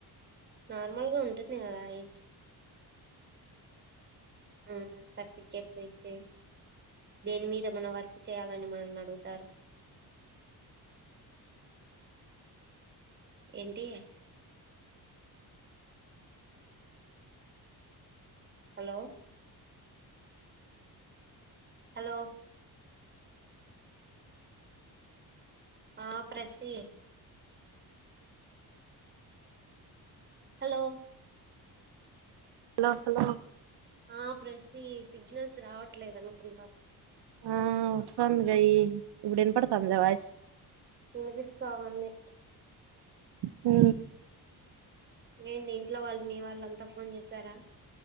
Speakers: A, on the right; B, on the right.
A: నార్మల్గా ఉంటది కదా అయిట్ ఉ సర్టిఫికెట్స్ ఇచ్చి దేని మీద మనం వర్క్ చేయాలని మనల్ని అడుగుతారు ఏంటి హలో హలో ఆ ప్రసి హలో
B: హలో హలో
A: ఆ ప్రసి సిగ్నల్స్ రావట్లేదు అనుకుంటా
B: ఆ వస్తాంది గయి ఇప్పుడు ఇనపడతంద వాయిస్
A: వినిపిస్తా ఉంది
B: ఉ
A: ఏంది ఇంట్లో వాళ్ళు మీ వాళ్ళు అంతా ఫోన్ చేసారా